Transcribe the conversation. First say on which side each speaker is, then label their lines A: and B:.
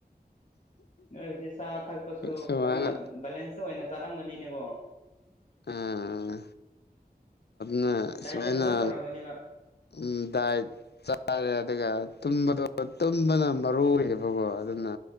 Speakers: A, on the left; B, on the left.
A: ꯅꯣꯏꯁꯦ ꯆꯥ ꯊꯛꯄꯁꯨ
B: ꯁꯨꯃꯥꯏꯅ
A: ꯀꯩꯅ ꯕꯦꯂꯦꯟꯁꯇ ꯑꯣꯏꯅ ꯆꯥꯔꯝꯒꯅꯤꯅꯦꯀꯣ
B: ꯑꯥ ꯅ
A: ꯗꯥꯏꯠꯁꯦ
B: ꯁꯥꯏꯅ
A: ꯐꯖꯅ ꯇꯧꯔꯝꯒꯅꯦꯕ
B: ꯎ ꯗꯥꯏ ꯆꯥꯦ ꯑꯗꯨꯒꯒ ꯇꯨꯝꯕꯗꯣ ꯇꯨꯝꯕꯅ ꯃꯔꯨꯌꯦꯕꯀꯣ ꯑꯗꯨꯅ